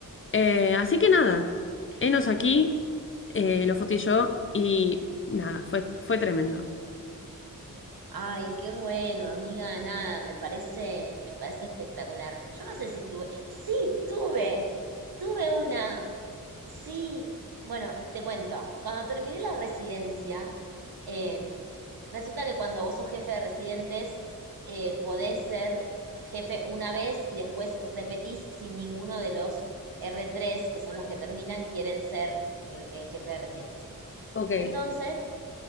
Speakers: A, on the left; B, on the right.
A: Eh, así que nada, enos aquí, eh, lo fotí yo y nada, fue, fue tremendo.
B: Ay, qué bueno, amiga, nada, me parece, me parece espectacular. Yo no sé si tuve, sí, tuve, tuve una, Sí, bueno, te cuento. Cuando terminé la residencia, em, resulta que cuando vos sos jefe de residentes, eh, podés ser jefe una vez y después repetís si ninguno de los r tres que son los que terminan, quieren ser re- eh, jefe de residentes.
A: Ok,
B: Entonces,